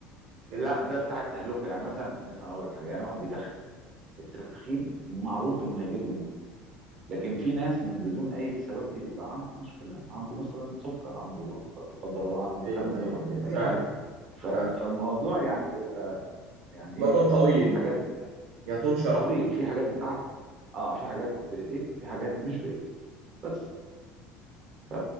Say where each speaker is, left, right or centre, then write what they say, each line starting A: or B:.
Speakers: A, on the right (about 70°); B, on the right (about 40°).
A: يتعب
B: لا ده بتاع التهلكه يعني مثلا مثلا اقول لك حاجه يعني واحد بيدخن التدخين معروف انه هيجيب له م- لكن في ناس من بدون اي سبب بيبقى عنده مشكله عنده مثلا سكر عنده ضغط لا قدر الله عنده
A: ايوه
B: كانسر
A: ايوه
B: عنده
A: ايوه فعلا
B: اي حاجه ف-
A: فعلا
B: فالموضوع يعني بيبقى يعني
A: الموضوع
B: ايه
A: طويل
B: حاجات بتاع
A: يطول شرحه
B: طويل في حاجات بتاعت اه في حاجات بايديك وفي حاجات مش بايديك بس ف...